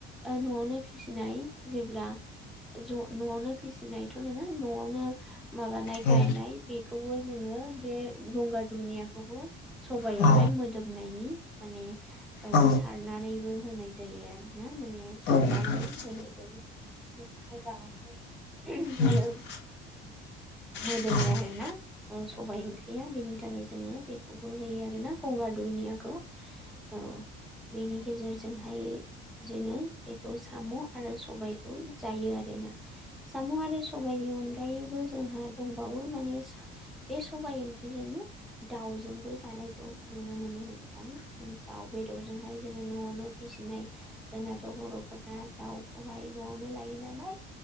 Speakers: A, in the centre; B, on the left.
A: ओ न'आवनो फिसिनाय जेब्ला ज' न'आवनो फिसिनायथ' नङा न'आवनो माबानाय
B: उम
A: गायनाय
B: औ उम
A: बेखौबो जोङो बे गंगार दुनियाखौबो सबायावहाय
B: औ उम औ
A: मोदोमनायनि माने ओ
B: औ
A: सारनानैबो होनाय जायो आरो ना माने सारलानानै
B: नोंथां उम
A: होनाय जायो। जों मोजांहाय बेयो।
B: उम औ
A: मोदोमो
B: नोंथां औ
A: आरो ना। सबाय ओंख्रिया बेनि थाखाय जोङो बेखौबो होयो आर ना गंगार दुनियाखौ। औ बेनि गेजेरजोंहाय जोङो बेखौ साम' आरो सबाय खौ जायो आरोना साम' आरो सबायनि अनगायैबो जोंहा दंबावो माने बे सबाय ओंख्रिजोंनो दाउजोंबो जानायखौ नुनो मोनो नोंथां । दाउ बेदरजोंहाय जोङो न'आवनो फिसिनाय जोंनाथ' बर'फोरा दाउखौहाय न'आवनो लायो नालाय